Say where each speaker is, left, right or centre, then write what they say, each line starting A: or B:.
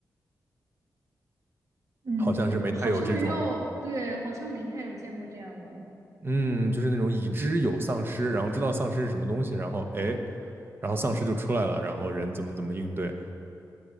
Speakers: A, on the right; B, on the right.
A: 嗯，
B: 好像是没太有这种，
A: 好像没有，对，好像没太有见过这样的。
B: 嗯，就是那种已知有丧尸，然后知道丧尸是什么东西，然后哎，然后丧尸就出来了，然后人怎么怎么应对，